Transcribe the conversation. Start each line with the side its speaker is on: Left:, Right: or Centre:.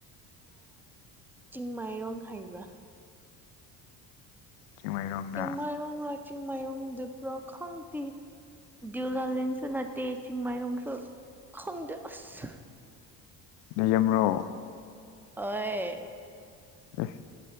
Centre: ꯆꯤꯡꯃꯥꯏꯔꯣꯡ ꯍꯥꯏꯕ꯭ꯔꯥ
Left: ꯆꯤꯡꯃꯩꯔꯣꯡꯗ
Centre: ꯆꯤꯡ ꯃꯥꯏꯔꯣꯡꯔꯥ ꯆꯤꯡ ꯃꯥꯏꯔꯣꯡꯗꯕ꯭ꯔꯥ ꯈꯪꯗꯦ ꯗꯗꯤꯌꯨꯂ ꯂꯤꯡꯁꯨ ꯅꯠꯇꯦ ꯆꯤꯡꯃꯩꯔꯁꯨ ꯈꯪꯗꯦ ꯑꯁ
Left: ꯂꯩꯔꯝꯃꯣ
Centre: ꯑꯣꯏ
Left: ꯑꯥ